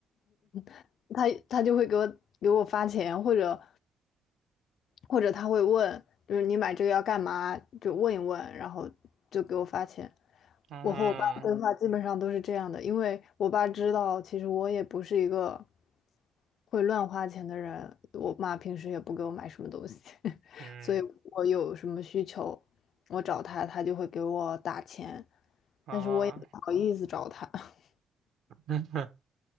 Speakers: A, on the left; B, on the right.
A: <laughs> 他他就会给我给我发钱，或者或者他会问，就是你买这个要干嘛，就问一问，然后就给我发钱。
B: 嗯，
A: 我和我爸对话基本上都是这样的，因为我爸知道，其实我也不是一个会乱花钱的人，我妈平时也不给我买什么东西，<laughs>
B: 嗯
A: 所以我有什么需求，我找他，他就会给我打钱，
B: 啊，
A: 但是我也不好意思找他。<laughs>
B: <laughs>